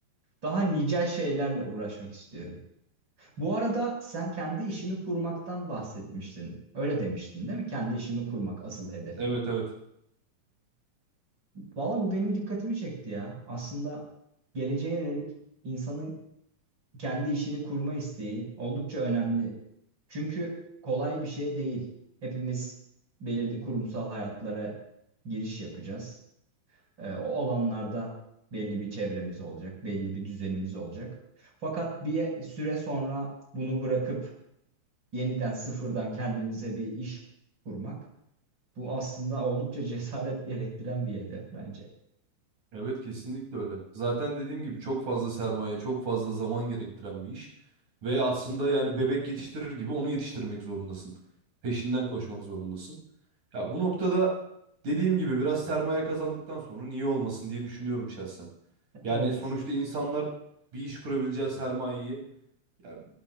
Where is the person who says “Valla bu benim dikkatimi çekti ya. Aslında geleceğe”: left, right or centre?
Right